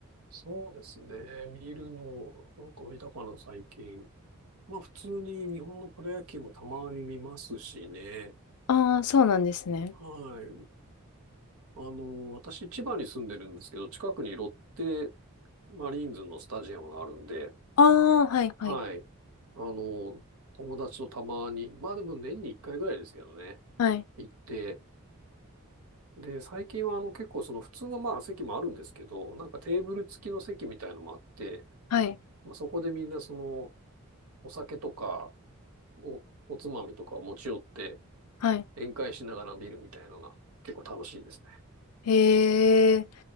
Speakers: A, on the right; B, on the left.
A: そうですね。見るの、なんか見たかな、最近。まあ普通に日本のプロ野球もたまに見ますしね。
B: ああー、そうなんですね。
A: はい。あの、私千葉に住んでるんですけど、近くにロッテマリーンズのスタジアムがあるんで、
B: ああ、はい、はい、
A: はい。あの、友達とたまに、まあでも年に1回ぐらいですけどね、
B: はい、
A: 行って、で、最近はあの結構その普通のまあ席もあるんですけど、なんかテーブル付きの席みたいのもあって、
B: はい。
A: まあ、そこでみんなそのお酒とか、お、おつまみとかを持ち寄って
B: はい。
A: 宴会しながら見るみたいなのが結構楽しいですね。
B: へえ、